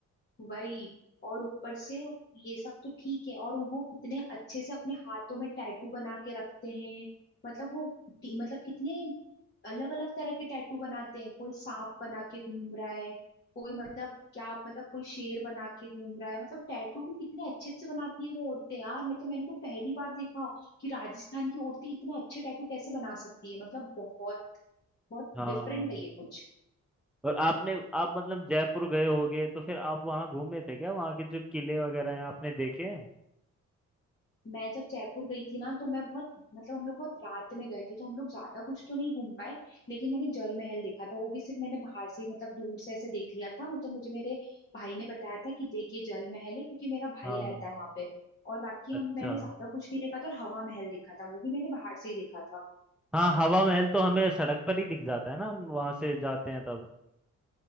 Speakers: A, on the left; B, in the centre.
A: वही और ऊपर से ये सब तो ठीक है और वो कितने अच्छे से अपने हाथों में टैटू बना के रखते हैं मतलब वो टी- मतलब कितने अलग अलग तरह के टैटू बनाते हैं कोई सांप बना के घूम रहा है कोई मतलब क्या मतलब कोई शेर बना के घूम रहा है मतलब टैटू भी कितने अच्छे अच्छे बनाती है वो औरतें यार मतलब मैंने तो पहली बार देखा कि राजस्थान की औरतें इतने अच्छे टैटू कैसे बना सकती है मतलब बहुत बहुत
B: <laughs> हाँ
A: डिफरेंट है ये कुछ
B: और आपने आप मतलब जयपुर गए होगे तो फिर आप वहाँ घूमे थे क्या वहाँ के जो किले वगैरह हैं आपने देखे हैं
A: मैं जब जयपुर गई थी ना तो मैं बहुत मतलब हम लोग बहुत रात में गए थे तो हम लोग ज्यादा कुछ तो नहीं घूम पाए लेकिन मैंने जल महल देखा था वो भी सिर्फ मैंने बाहर से ही मतलब दूर से ऐसे देख लिया था मतलब मुझे मेरे भाई ने बताया था कि देखिए जल महल है क्योंकि मेरा भाई
B: हाँ
A: रहता है वहां पे और बाकी हम
B: अच्छा
A: मैंने ज्यादा कुछ नहीं देखा था और हवा महल देखा था वो भी मैंने बाहर से ही देखा था
B: हाँ हवा महल तो हमें सड़क पर ही दिख जाता है ना हम वहाँ से जाते हैं तब